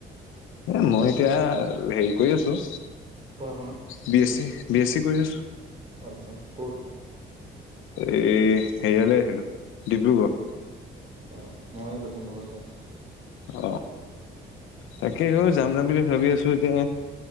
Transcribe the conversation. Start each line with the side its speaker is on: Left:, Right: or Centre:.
Left: এ মই এতিয়া হেৰি কৰি আছো।
Right: পঢ়া -শুনা।
Left: B S C B S C কৰি আছো।
Right: আচ্ছা কত?
Left: এ হেৰিয়ালৈ আহিলো ডিব্ৰুগড়,
Right: অঁ মই লখিমপুৰমানতে আছো।
Left: অ তাকে হৌ যাম যাম বুলি ভাবি আছো এতিয়া।